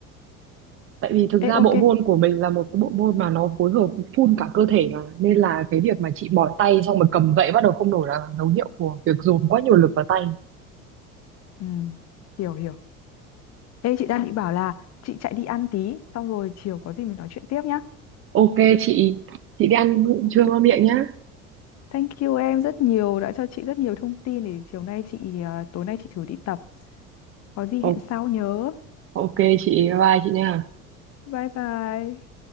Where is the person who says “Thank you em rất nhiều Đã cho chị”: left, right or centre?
Left